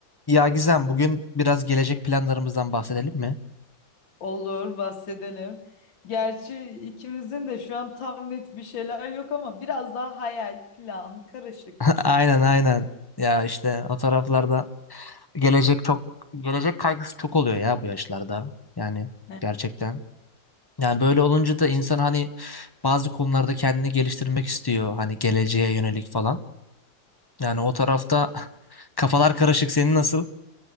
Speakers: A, on the left; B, on the left.
A: Ya Gizem bugün biraz gelecek planlarımızdan bahsedelim mi?
B: Olur, bahsedelim. Gerçi ikimizin de şu an tam net bir şeyler yok ama biraz daha hayal, plan, karışık.
A: <laughs> Aynen aynen. Ya işte o taraflarda gelecek çok gelecek kaygısı çok oluyor ya bu yaşlarda. Yani
B: Ne?
A: gerçekten. Yani böyle olunca da insan hani bazı konularda kendini geliştirmek istiyor hani geleceğe yönelik falan. Yani o tarafta <laughs> kafalar karışık. Senin nasıl?